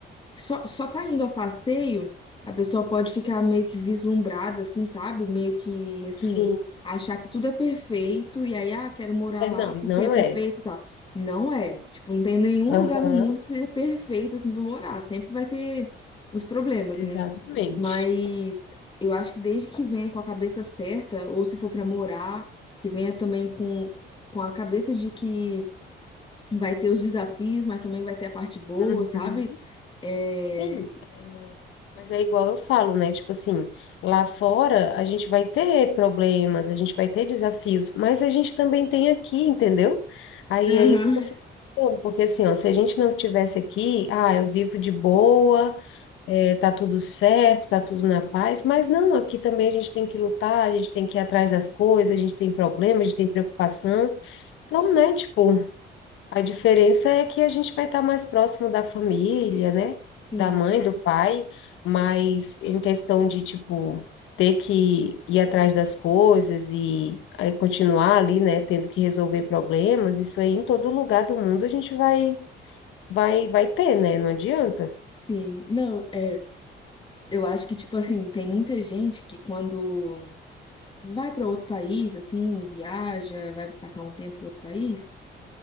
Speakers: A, on the left; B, on the left.
A: só, só tá indo a passeio, a pessoa pode ficar meio que vislumbrada, assim, sabe? Meio que, assim,
B: sim.
A: achar que tudo é perfeito e aí, ah, quero morar
B: É,
A: lá
B: não, e
A: porque
B: não
A: é perfeito
B: é.
A: e tal. Não é. Tipo, não tem nenhum
B: Aham,
A: lugar no mundo que seja perfeito, assim, pra morar. Sempre vai ter os problemas,
B: exatamente.
A: né? Mas eu acho que desde que venha com a cabeça certa, ou se for pra morar, que venha também com, com a cabeça de que vai ter os desafios, mas também vai ter a parte boa,
B: Uhum.
A: sabe? É...
B: Sim, é, mas é igual eu falo, né? Tipo assim, lá fora a gente vai ter problemas, a gente vai ter desafios, mas a gente também tem aqui, entendeu? Aí
A: Aham.
B: é isso que eu fico pensando, porque assim, ó, se a gente não tivesse aqui, ah, eu vivo de boa, é, tá tudo certo, tá tudo na paz, mas não, aqui também a gente tem que lutar, a gente tem que ir atrás das coisas, a gente tem problema, a gente tem preocupação. Então, né, tipo. A diferença é que a gente vai estar mais próximo da família, né?
A: Sim,
B: Da mãe, do pai, mas em questão de, tipo, ter que ir atrás das coisas e aí continuar ali, né? Tendo que resolver problemas, isso aí em todo lugar do mundo a gente vai, vai, vai ter, né? Não adianta.
A: sim. Não, é, eu acho que, tipo assim, tem muita gente que quando vai para outro país, assim, viaja, vai passar um tempo em outro país,